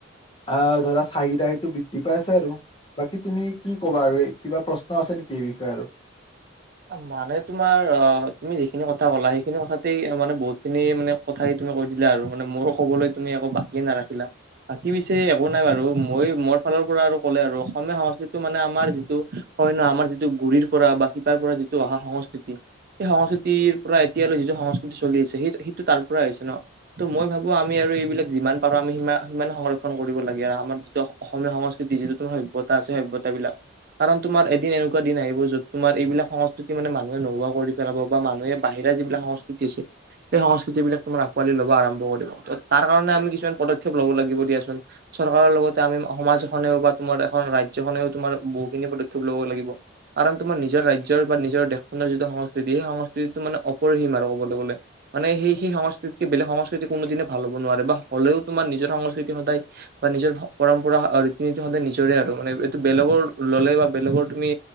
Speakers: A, on the left (about 25°); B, on the right (about 45°).
A: আহ ধৰা চাহিদাহিটো বৃদ্ধি পাইছে আৰু। বাকী তুমি কি কবা আৰু এই কিবা প্ৰশ্ন আছে নেকি এই বিষয়ে আৰু।
B: মানে তোমাৰ অ' তুমি যিখিনি কথা কলা সেইখিনি কথাতেই মানে বহুত খিনি মানে। কথাই তুমি কৈ দিলা আৰু মানে মোৰো ক'বলৈ তুমি একো বাকিয়ে নাৰাখিলা। বাকী পিছে একো নাই বাৰু মই মোৰ ফালৰ পৰা আৰু ক'লে আৰু অসমীয়া সংস্কৃতিটো মানে আমাৰ যিটো। হয় নহয় আমাৰ যিটো গুড়িৰ পৰা বা শিপাৰ পৰা যিটো অহা সংস্কৃতি সেই সংস্কৃতিৰ পৰা এতিয়ালৈ যিটো সংস্কৃতি চলি আছে সেই সেইটো তাৰ পৰাই হৈছে ন ত' মই ভাবো আমি আৰু এইবিলাক যিমান পাৰো আমি সি সিমান সংৰক্ষণ কৰিব লাগে আৰু আমাৰ যিটো অসমীয়া সংস্কৃতিৰ যিটো তোমাৰ সভ্যতা আছে সভ্যতা বিলাক কাৰণ তোমাৰ এদিন এনেকুৱা দিন আহিব যত তোমাৰ এইবিলাক সংস্কৃতি মানে মানুহে নোহোৱা কৰি পেলাব বা মানুহে বাহিৰা যিবিলাক সংস্কৃতি আছে। সেই সংস্কৃতি বিলাক তোমাৰ আকোৱালি ল'ব আৰম্ভ কৰিব ত কাৰণে আমি কিছুমান পদক্ষেপ ল'ব লাগিব দিয়াচোন। চৰকাৰৰ লগতে আমি সমাজখনেও বা তোমাৰ এখন ৰাজ্যখনেও তোমাৰ বহুখিনি পদক্ষেপ ল'ব লাগিব। কাৰণ তোমাৰ নিজৰ ৰাজ্যৰ বা নিজৰ দেশখনৰ যিটো সংস্কৃতি সেই সংস্কৃতিটো মান অপৰিসীম আৰু ক'বলৈ গ'লে। মানে সেই সেই সংস্কৃতিকে বেলেগ সংস্কৃতি কোনোনে ভাল হ'ব নোৱাৰে বা হ'লেও তোমাৰ নিজৰ সংস্কৃতি সদায় বা নিজৰ পৰম্পৰা ৰীতি নীতি সদায় নিজৰে আৰু মানে এইটো বেলেগৰ ল'লে বা বেলেগৰ তুমি